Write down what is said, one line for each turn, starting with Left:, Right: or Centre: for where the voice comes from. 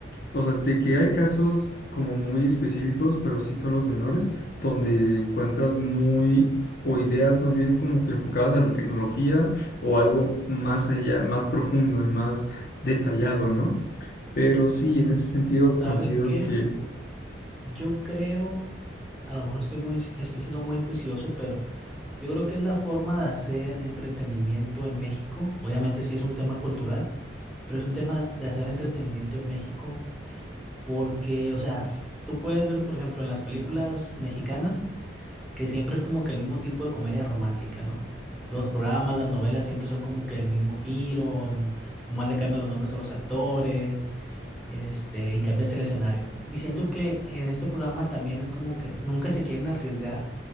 Left: o sea, de que hay casos como muy específicos, pero sí son los menores, donde encuentras muy, o ideas más bien como que enfocadas a la tecnología o algo más allá, más profundo y más detallado, ¿no? Pero sí, en ese sentido
Centre: ¿Sabes
Left: coincido
Centre: qué?
Left: que
Centre: Yo creo, a lo mejor estoy muy, estoy siendo muy juicioso, pero yo creo que es la forma de hacer entretenimiento en México. Obviamente sí es un tema cultural pero es un tema de hacer entretenimiento en México, porque, o sea, tú puedes ver, por ejemplo, en las películas mexicanas, que siempre es como que el mismo tipo de comedia romántica, ¿no? Los programas, las novelas siempre son como que el mismo giro, el- nomás le cambian los nombres a los actores este, y cambias el escenario. Y siento que en ese programa también es como que nunca se quieren arriesgar